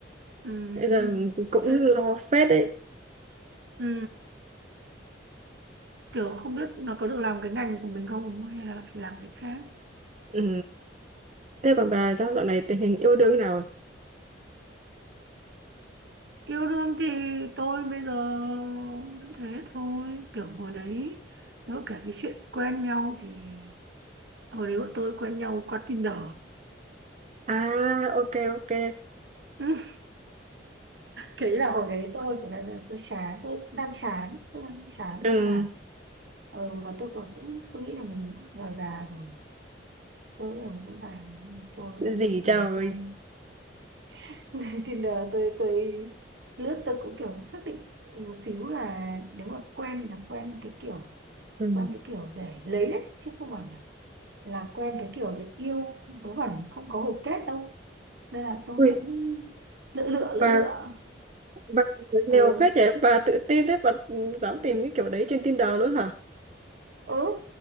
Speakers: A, on the right (about 65°); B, on the right (about 35°).
A: Ừ.
B: bây giờ cũng
A: Thế,
B: lo phết đấy.
A: ừ. Kiểu không biết nó có được làm cái ngành của mình không đúng không? hay là phải làm cái khác.
B: Ừ. Thế còn bà sao dạo này tình hình yêu đương thế nào? rồi?
A: Yêu đương thì tôi bây giờ vẫn thế thôi. Kiểu hồi đấy nếu kể cái chuyện quen nhau thì hồi đấy bọn tôi quen nhau qua Tinder
B: À, ok, ok.
A: <laughs> kỹ là hồi đấy tôi của là tôi chán tôi đang chán tôi đang chán
B: Ừ.
A: à ờ, mà tôi còn cũng tôi nghĩ là mình cũng già già rồi tôi nghĩ là mình cũng già tôi lên
B: gì
A: Tinder
B: trời
A: tôi <laughs> lên Tinder tôi tôi lướt tôi cũng kiểu xác định một xíu là nếu mà quen là quen cái kiểu
B: ừ.
A: quen cái kiểu để lấy đấy chứ không phải là là quen cái kiểu để yêu vớ vẩn không có hồi kết đâu nên là tôi
B: Ui,
A: cũng lựa lựa
B: bà,
A: lựa lựa
B: bà
A: ừ
B: nèo phết vậy, bà tự tin thế, bà dám tìm cái kiểu đấy trên Tinder luôn hả?
A: ừ